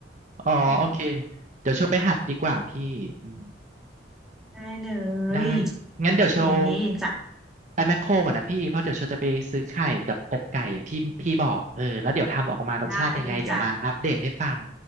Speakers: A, on the right; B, in the centre.
A: อ๋อโอเค
B: อืม
A: เดี๋ยวเชลไปหัดดีกว่าพี่อืม
B: ได้เล
A: ได้
B: ย
A: งั้นเดี๋ยวเชล
B: โอเคจ้ะ
A: ไปแมคโครก่อนนะพี่เพราะเดี๋ยวเชลจะไปซื้อไข่กับอกไก่อย่างที่พี่บอกเออแล้วเดี๋ยวทำออกมารสชาติยังไงเดี๋ยวมาอัปเดตให้ฟัง
B: ได้เลยจ้ะ